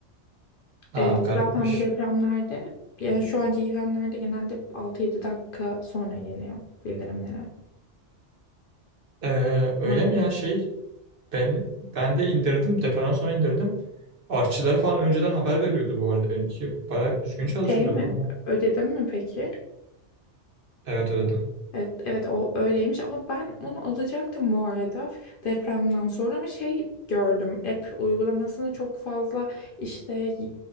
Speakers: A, on the right (about 55°); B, on the left (about 55°).
A: Ha
B: Ee,
A: garipmiş.
B: zaten bu depremlerde yani şu anki gelenlerde genelde altı yedi dakika sonra geliyor bildirimlere.
A: Ee, öyle
B: Ama yani
A: mi ya şey? Ben ben de indirdim. Depremden sonra indirdim. Artçıları falan önceden haber veriyordu bu arada benimki. Bayağı düzgün çalışıyordu
B: şey mi?
A: o konuda.
B: Ödedim mi peki?
A: Evet ödedim.
B: Evet, evet o öyleymiş ama ben onu alacaktım bu arada depremden sonra ama şey gördüm app uygulamasına çok fazla işte y-